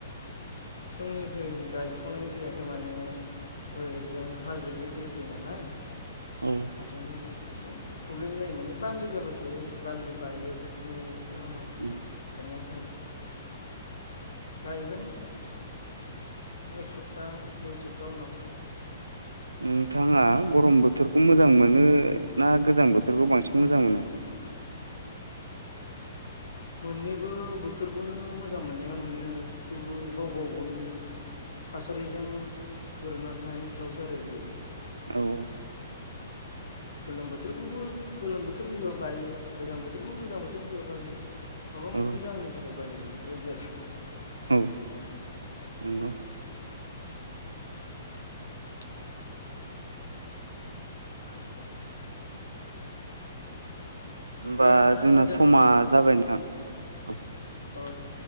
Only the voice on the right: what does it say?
औ
उम
नोंथाङा गरम बोथोरखौ मोजां मोनो ना गोजां बोथोरखौ बांसिन मोजां मोनो
<inaudible>
औ
औ नंगौ
होमबा
जोंना
समा जाबाय नोंथां औ